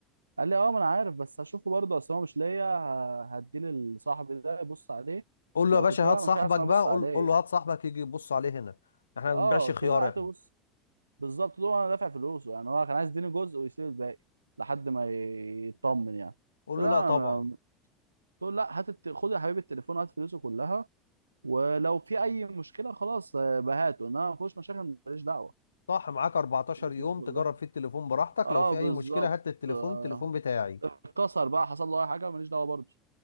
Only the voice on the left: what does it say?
قول له
يا باشا
هات
صاحبك
بقى
قول,
قول له هات صاحبك يجي يبص عليه هنا احنا
ما بنبيعش
خيار
احنا
قول
له
لا طبعا
صح معاك 14
يوم
تجرب فيه التليفون براحتك
لو في
أي مشكلة هات التليفون
التليفون بتاعي